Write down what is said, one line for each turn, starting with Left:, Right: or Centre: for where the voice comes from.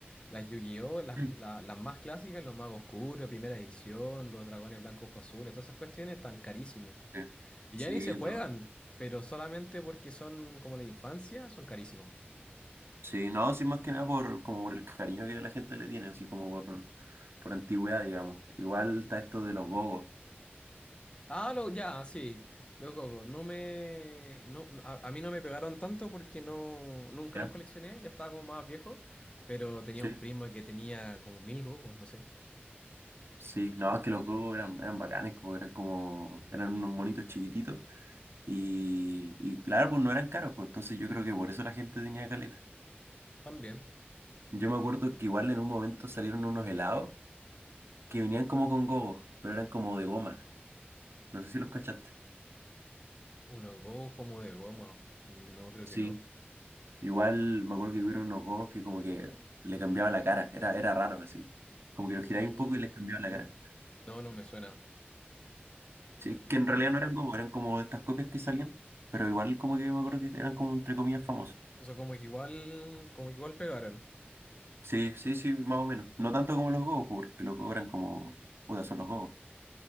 Left: las Yu-Gi-Oh, las,
Right: <clears throat>
Left: la- las más clásicas, los Magos Oscuros, primera edición, los Dragones Blancos Ojos Azules, todas esas cuestiones están carísimos.
Right: Sí,
Left: Y
Right: Sí,
Left: ya ni se juegan,
Right: no.
Left: pero solamente porque son como la infancia, son carísimos.
Right: Sí, no, sí, más que nada por, como por el cariño que la gente le tiene, así como por, por antigüedad, digamos. Igual está esto de los gogos.
Left: Ah, lo, ya, sí, los gogos. No me, no, no, a, a mí no me pegaron tanto porque no, nunca
Right: ¿Ya?
Left: los coleccioné, ya estaba como más viejo, pero tenía
Right: Sí.
Left: un primo que tenía como mil gogos, no sé.
Right: Sí, no, es que los gogos eran, eran bacanes, como eran como, eran unos monitos chiquititos Y, y claro, pues no eran caros, pues entonces yo creo que por eso la gente tenía caleta.
Left: También,
Right: Yo me acuerdo que igual en un momento salieron unos helados que venían como con gogos, pero eran como de goma. No sé si los cachaste.
Left: unos gogos como de goma. No, creo
Right: Sí.
Left: que no.
Right: Igual me acuerdo que hubieron unos gogos que como que le cambiaba la cara, era, era raro así. Como que los giráis
Left: Mm,
Right: un poco y les cambiaba la cara.
Left: No, no me suena.
Right: Sí,
Left: No,
Right: que en realidad
Left: no.
Right: no eran gogos, eran como estas copias que salían, pero igual como que me acuerdo que eran como entre comillas famosos.
Left: O sea, como que igual, como que igual pegaron.
Right: Sí, sí, sí, más o menos. No tanto como los gogos, porque los gogos eran como, puta, son los gogos.